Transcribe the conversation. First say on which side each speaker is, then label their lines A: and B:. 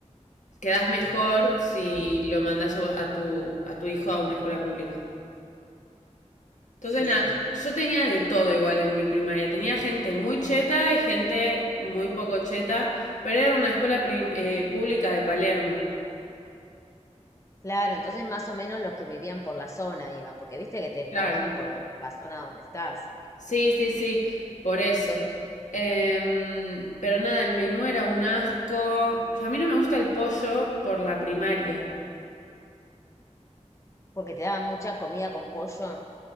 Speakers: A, on the left (about 80°); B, on the left (about 25°).
A: quedás mejor si lo mandás a tu, a tu hijo a una escuela pública. Entonces,
B: Sí,
A: nada, yo tenía de todo igual en mi primaria. Tenía gente muy cheta y gente muy poco cheta, pero era una escuela pri- eh, pública de Palermo.
B: claro, entonces más o menos los que vivían por la zona iban, porque viste que te emparejan
A: Claro.
B: por, do- por la zona donde estás,
A: Sí, sí, sí, por eso. Em, pero nada, el menú era un asco. A mí no me gusta el pollo por la primaria.
B: porque te daban mucha comida con pollo.